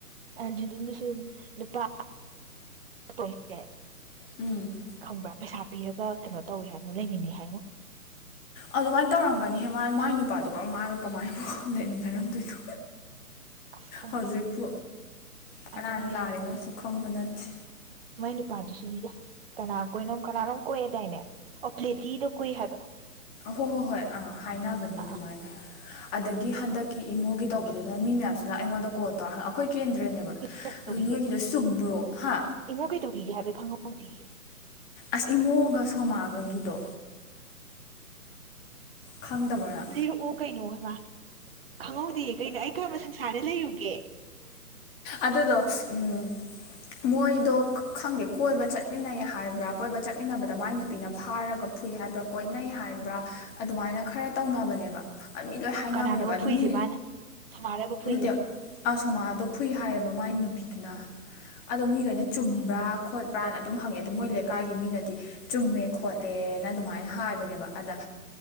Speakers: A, on the right; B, on the left.
A: ꯖꯨꯟꯖꯨꯟꯗꯨꯁꯨ ꯅꯨꯄꯥ <unintelligible>
B: ꯎꯝ <inaudible>
A: ꯈꯪꯕ꯭ꯔꯥ ꯄꯩꯁꯥ ꯄꯤꯔꯒ ꯀꯩꯅꯣ ꯇꯧꯋꯤ ꯍꯥꯏꯃꯣ ꯂꯩꯃꯤꯟꯅꯩ ꯍꯥꯏꯃꯣ
B: ꯑꯗꯨꯃꯥꯏꯅ ꯇꯧꯔꯝꯒꯅꯤ ꯍꯦ ꯃꯥ ꯃꯥꯏ ꯅꯨꯄꯥꯗꯨꯒ ꯃꯥꯒ ꯀꯃꯥꯏꯅ ꯂꯩꯃꯤꯟꯅꯔꯝꯗꯣꯏꯅꯣ
A: ꯑꯁ ꯈꯪꯗꯦ
B: ꯍꯧꯖꯤꯛꯄꯨ ꯀꯅꯥꯅ
A: ꯑꯗꯨꯅ ꯑꯩꯁꯦ
B: ꯂꯥꯜꯂꯤꯅꯣ ꯈꯪꯕ ꯅꯠꯇꯦ
A: ꯃꯥꯏ ꯅꯨꯄꯥꯗꯨꯁꯨꯅꯤꯗ ꯀꯅꯥ ꯀꯣꯏꯅꯣꯝ ꯀꯅꯥꯅꯣꯝ ꯀꯣꯏꯌꯦꯗꯥꯏꯅꯦ ꯑꯣ ꯄ꯭ꯂꯦꯇꯤꯗ ꯀꯣꯏ ꯍꯥꯏꯕ
B: ꯍꯣꯏ ꯍꯣꯏ ꯍꯣꯏ ꯑꯥ ꯍꯥꯏꯅꯕꯅꯦ
A: ꯑꯥ
B: ꯑꯗꯨꯃꯥꯏꯅ
A: ꯑꯥ
B: ꯑꯗꯒꯤ ꯍꯟꯗꯛꯀꯤ ꯏꯃꯣꯒꯤ ꯇꯧꯕꯗꯨꯅ ꯃꯤ ꯃꯌꯥꯝꯁꯤꯅ ꯑꯩꯉꯣꯟꯗ ꯀꯣꯜ ꯇꯧꯔ ꯑꯩꯈꯣꯏ ꯀꯦꯟꯗ꯭ꯔꯅꯦꯕ
A: ꯏꯃꯣ ꯀꯩꯗꯧꯔꯤꯒꯦ
B: ꯑꯗꯣ ꯅꯣꯏꯒꯤꯗꯣ ꯆꯨꯝꯕ꯭ꯔꯣ ꯍꯥ
A: ꯏꯃꯣ ꯀꯩꯗꯧꯒꯤꯒꯦꯕ ꯈꯪꯉ ꯃꯗꯤ
B: ꯑꯁ ꯏꯃꯣꯒ ꯁꯣꯃꯥꯒꯒꯤꯗꯣ ꯈꯪꯗꯕ꯭ꯔꯅ
A: ꯍ ꯂꯤꯔꯛꯑꯣ ꯀꯩꯅꯣ ꯍꯥꯏꯃ ꯈꯪꯍꯧꯗꯦ ꯀꯩꯅꯣ ꯑꯩꯀꯔꯝꯕ ꯁꯪꯁꯥꯔꯗ ꯂꯩꯔꯨꯒꯦ
B: ꯑꯗꯨꯗꯣ ꯎꯝ ꯃꯣꯏꯗꯣ ꯈꯪꯗꯦ ꯀꯣꯏꯕ ꯆꯠꯃꯤꯟꯅꯩ ꯍꯥꯏꯕ꯭ꯔꯥ ꯀꯣꯏꯕ ꯆꯠꯃꯤꯟꯅꯕꯗ ꯃꯥꯏ ꯅꯨꯄꯤꯅ ꯐꯥꯔꯒ ꯐꯨꯏ ꯍꯥꯏꯕ꯭ꯔꯥ ꯀꯣꯏꯅꯩ ꯍꯥꯏꯕ꯭ꯔꯥ ꯑꯗꯨꯃꯥꯏꯅ ꯈꯔ ꯇꯧꯅꯕꯅꯦꯕ ꯑ ꯃꯤ ꯂꯣꯏ ꯍꯥꯏꯅꯕꯅꯦꯕ
A: ꯀꯅꯥꯅꯣꯕ
B: ꯑꯗꯨ
A: ꯐꯨꯏꯁꯦ
B: ꯃꯤ
A: ꯃꯥꯅ ꯁꯃꯥꯔꯕ ꯐꯨꯏꯁꯦ
B: ꯅꯠꯇꯦ ꯑꯁꯣꯃꯥꯗꯣ ꯐꯨꯏ ꯍꯥꯏꯌꯦꯕ ꯃꯥꯏ ꯅꯨ ꯄꯤꯒꯅ ꯑꯗꯣ ꯃꯤꯈꯩꯅ ꯆꯨꯝꯕ꯭ꯔꯥ ꯈꯣꯠꯄ꯭ꯔꯥꯅ ꯑꯗꯨꯝ ꯍꯪꯉꯦ ꯑꯗꯣ ꯃꯣꯏ ꯂꯩꯀꯥꯏꯒꯤ ꯃꯤꯅꯗꯤ ꯆꯨꯝꯃꯦ ꯈꯣꯠꯂꯦꯅ ꯑꯗꯨꯃꯥꯏꯅ ꯍꯥꯏꯕꯅꯦꯕ ꯑꯗ